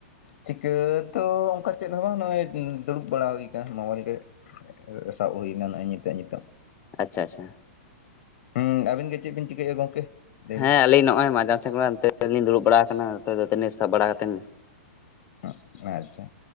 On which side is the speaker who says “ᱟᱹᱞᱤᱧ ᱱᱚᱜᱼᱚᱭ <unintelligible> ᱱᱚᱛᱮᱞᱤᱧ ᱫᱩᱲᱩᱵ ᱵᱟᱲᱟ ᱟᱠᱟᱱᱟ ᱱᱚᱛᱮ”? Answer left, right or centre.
Left